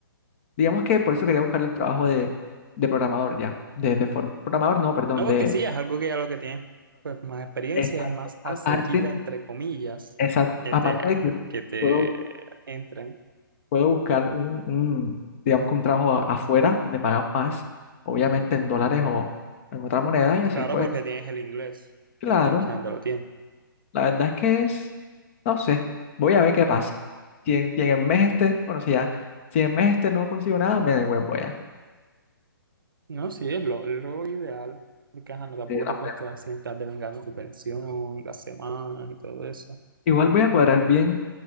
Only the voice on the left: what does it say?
digamos que por eso quería buscar el trabajo de, de programador ya, de, de for- programador, no, perdón,
de...
Exacto.
Aparte,
exacto,
aparte
de que
puedo,
puedo buscar un, un, digamos que un trabajo a- afuera, me pagan más, obviamente en dólares o en otra moneda y así,
pues,
claro.
La verdad es que es, no sé, voy a ver qué pasa. Si en, si en el mes este, bueno, si ya, si en el mes este no consigo nada, me devuelvo ya.
de la
plena.
Igual voy a cuadrar bien